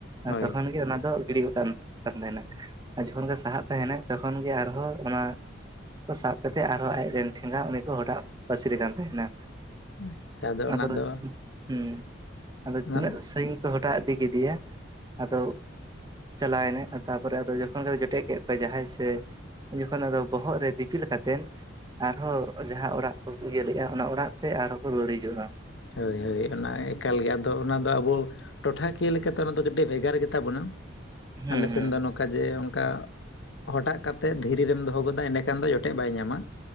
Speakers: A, on the left; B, on the right.
A: ᱦᱳᱭ
B: ᱛᱚᱠᱷᱚᱱ ᱜᱮ ᱚᱱᱟ ᱫᱚ ᱜᱤᱲᱤ ᱜᱚᱫ ᱠᱟᱱ-ᱠᱟᱱ ᱛᱟᱦᱮᱱᱟ <inaudible> ᱟᱨ ᱡᱚᱠᱷᱚᱱ ᱜᱮ ᱥᱟᱦᱟᱜ ᱛᱟᱦᱮᱱᱟᱭ ᱛᱚᱠᱷᱚᱱ ᱜᱮ ᱟᱨᱦᱚᱸ ᱚᱱᱟ <inaudible> ᱠᱚ ᱥᱟᱵ ᱠᱟᱛᱮᱫ ᱟᱨᱦᱚᱸ ᱟᱡ ᱨᱮᱱ ᱴᱷᱮᱸᱜᱟ ᱩᱱᱤ ᱠᱚ ᱦᱚᱴᱟᱜ ᱯᱟᱹᱥᱤᱨ ᱮ ᱠᱟᱱ ᱛᱟᱦᱮᱱᱟ᱾
A: ᱟᱪᱪᱷᱟ
B: ᱟᱫᱚ
A: ᱚᱱᱟ ᱫᱚ
B: <inaudible> ᱦᱮᱸ ᱟᱫᱚ
A: ᱚᱱᱟ
B: ᱛᱤᱱᱟᱹᱜ ᱥᱟᱺᱜᱤ ᱦᱚᱴᱟᱜ ᱤᱫᱤ ᱠᱮᱫᱮᱭᱟ ᱾ <inaudible> ᱟᱫᱚ ᱪᱟᱞᱟᱣ ᱮᱱᱟᱭ ᱛᱟᱯᱚᱨᱮ ᱟᱫᱚ ᱡᱚᱠᱷᱚᱱ ᱜᱮ ᱡᱚᱴᱮᱫ ᱠᱮᱫ ᱠᱚᱣᱟᱭ ᱡᱟᱦᱟᱸᱭ ᱥᱮ ᱩᱱ ᱡᱚᱠᱷᱚᱱ ᱟᱫᱚ ᱵᱚᱦᱚᱜ ᱨᱮ ᱫᱤᱯᱤᱞ ᱠᱟᱛᱮᱱ ᱟᱨᱦᱚᱸ ᱡᱟᱦᱟᱸ ᱚᱲᱟᱜ ᱠᱚᱠᱚ ᱤᱭᱟᱹ ᱞᱮᱜ-ᱟ ᱚᱱᱟ ᱚᱲᱟᱜ ᱛᱮ ᱟᱨᱦᱚᱸ ᱠᱚ ᱨᱩᱣᱟᱹᱲ ᱦᱤᱡᱩᱜ-ᱟ ᱾
A: ᱦᱳᱭ ᱦᱳᱭ ᱚᱱᱟ ᱮᱠᱟᱞ ᱜᱮ ᱾ ᱟᱫᱚ ᱚᱱᱟ ᱫᱚ ᱟᱵᱚ ᱴᱚᱴᱷᱟᱠᱤᱭᱟᱹ ᱞᱮᱠᱟᱛᱮ ᱚᱱᱟ ᱫᱚ ᱠᱟᱹᱴᱤᱡ ᱵᱷᱮᱜᱟᱨ ᱜᱮ ᱛᱟᱵᱚᱱᱟ ᱾ <inaudible>
B: ᱦᱩᱸ
A: ᱟᱞᱮ
B: ᱦᱩᱸ
A: ᱥᱮᱱ ᱫᱚ ᱱᱚ ᱠᱟ ᱡᱮ ᱚᱝᱠᱟ <inaudible> ᱦᱚᱴᱟᱜ ᱠᱟᱛᱮᱫ ᱫᱷᱤᱨᱤ ᱨᱮᱢ ᱫᱚᱦᱚ ᱜᱚᱫᱟ ᱮᱸᱰᱮᱠᱷᱟᱱ ᱫᱚ ᱡᱚᱴᱮᱫ ᱵᱟᱭ ᱧᱟᱢᱟ ᱾